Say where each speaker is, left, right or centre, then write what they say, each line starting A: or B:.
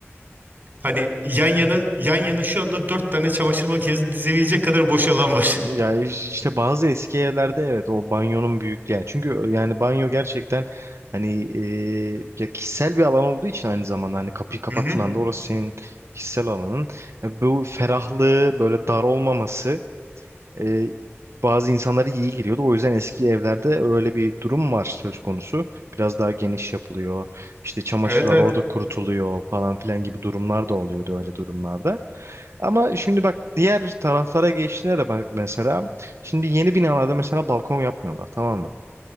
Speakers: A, on the right (about 40°); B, on the right (about 75°).
A: Hani yan yana yan yana şu anda 4 tane çamaşır makinesi dizebilecek kadar boş alan var.
B: Ya işte bazı eski evlerde evet o banyonun büyüklüğü yani çünkü yani banyo gerçekten hani e, ya kişisel bir alan olduğu için aynı zamanda hani kapıyı kapattığın
A: Hı hı.
B: anda orası senin kişisel alanın E, bu ferahlığı böyle dar olmaması e, bazı insanlara iyi geliyordu. O yüzden eski evlerde öyle bir durum var söz konusu. Biraz daha geniş yapılıyor. İşte çamaşırlar
A: Evet evet.
B: orada kurutuluyor falan filan gibi durumlar da oluyordu öyle durumlarda. Ama şimdi bak diğer taraflara geçtiğinde de bak mesela şimdi yeni binalarda mesela balkon yapmıyorlar tamam mı?